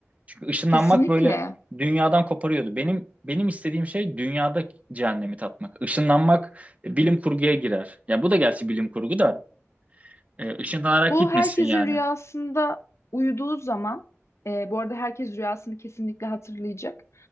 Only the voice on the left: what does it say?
Kesinlikle.
Bu
herkesin
rüyasında uyuduğu zaman, e, bu arada herkes rüyasını kesinlikle hatırlayacak.